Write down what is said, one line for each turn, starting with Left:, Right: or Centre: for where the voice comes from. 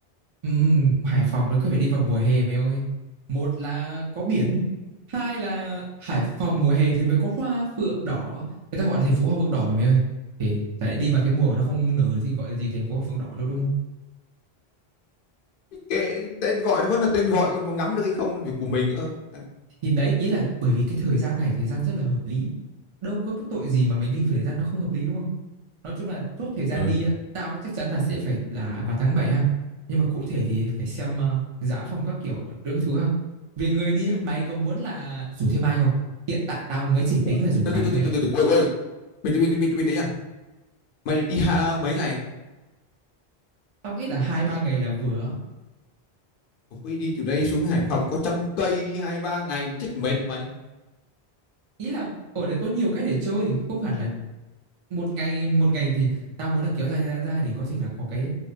Right: Ừm, Hải Phòng nó cứ phải đi vào mùa hè mày ơi. Một là có biển, hai là Hải Phòng mùa hè thì mới có hoa phượng đỏ. Người ta gọi là thành phố hoa phượng đỏ mà mày ơi. Thì chả lẽ đi vào cái mùa mà nó không nở thì gọi là gì thành phố hoa phượng đỏ nữa đúng
Left: Kệ, tên gọi nó vẫn là tên gọi còn có ngắm được hay không là việc của mình ơ À,
Right: thì đấy ý là bởi vì cái thời gian này thời gian rất là hợp lý đâu có cái tội gì mà mình đi vào thời gian nó không hợp lý đúng không nói chung là chốt thời gian
Left: ừ
Right: đi á tao chắc chắn là sẽ phải là vào tháng 7 ha nhưng mà cụ thể thì phải xem ờ, giá phòng các kiểu đưa các thứ ha về người đi á mày có muốn là rủ thêm ai không hiện tại tao mới chỉ
Left: Ủa?
Right: tính là rủ
Left: từ
Right: mày
Left: từ từ
Right: thôi
Left: từ
Right: á
Left: từ từ từ, quên quên mình mình mình mình đấy nhá mày định đi ha mấy ngày
Right: tao nghĩ là hai ba ngày là vừa á.
Left: Ui, đi từ đây xuống Hải Phòng có trăm cây đi hai ba ngày chết mệt mày
Right: ý là ở đây có nhiều cái để chơi không hẳn là một ngày một ngày thì tao muốn là kéo dài ra, ra để có thể là có cái